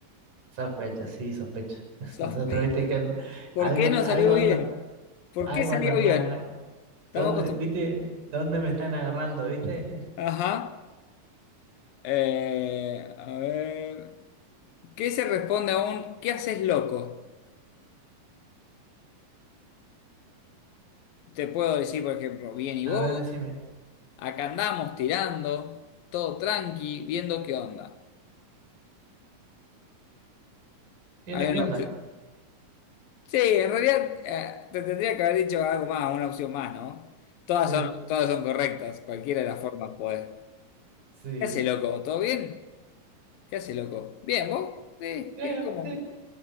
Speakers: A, on the right; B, on the left.
A: Sospecho, sí, sospecho. <laughs>
B: sospecha.
A: Nosotros, viste que an-
B: ¿Por
A: algo,
B: qué no
A: algo
B: salió
A: anda,
B: bien? ¿Por
A: algo
B: qué salió
A: anda mal.
B: bien? Estamos
A: ¿Dónde,
B: acostumbrados.
A: viste? ¿Dónde me están agarrando, viste?
B: Ajá. Eh, a ver. ¿Qué se responde a un ¿qué haces loco? Te puedo decir, por ejemplo,
A: <laughs>
B: bien y
A: A
B: vos,
A: ver, decime.
B: acá andamos tirando, todo tranqui, viendo qué onda.
A: ¿Bien
B: Hay
A: lo que
B: una
A: onda?
B: opción- Sí, en realidad eh, te tendría que haber dicho algo más, una opción más, ¿no? Todas
A: Sí,
B: son, todas son correctas, cualquiera de las formas puede.
A: sí.
B: ¿Qué hace, loco? ¿Todo bien? ¿Qué hace, loco? ¿Bien, vos? Sí,
A: Creo,
B: ¿qué- ¿cómo?
A: sí,